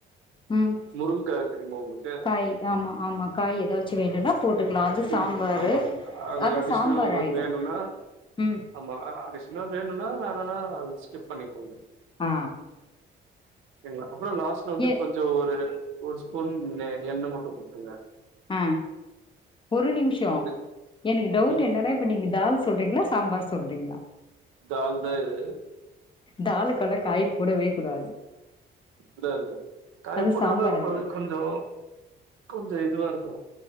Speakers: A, on the left (about 25°); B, on the right (about 85°).
A: ம்
B: முருங்கா தெரியுமா உங்களு
A: காய் ஆமா ஆமா காய் ஏதாச்சு வேண்டுனா போட்டுக்லா அது சாம்பாரு
B: ம் ஆமா
A: அது
B: அடிஷ்னலா
A: சாம்பார்
B: உங்களுக்கு
A: ஆயிடு
B: வேணுனா
A: ம்
B: ஆமா அடிஸ்னா வேணுனா வேணானா அத ஸ்கிப் பண்ணிக்கோங்க
A: ஆ
B: ங்களா அப்புறோ லாஸ்ட்ல வந்து
A: ஏ
B: கொஞ்சோ ஒ ரு ஒரு ஸ்பூன் எண்ண மட்டு போட்ருங்க
A: ஆ ஒரு நிமிஷோ
B: அதுக்கு
A: எனக்கு டவுட்
B: ம்
A: என்னன்னா இப்போ நீங்க தால் சொல்றீங்ளா சாம்பார் சொல்றீங்ளா
B: தால் தா இது
A: தாலுக்கலா காய் போடவே கூடாது
B: இல்ல இல்ல காய்
A: அது
B: போட்டாதா
A: சாம்பார்
B: இப்பது
A: ஆயிடு
B: கொஞ்சோ கொஞ்சோ இதுவாருக்கோ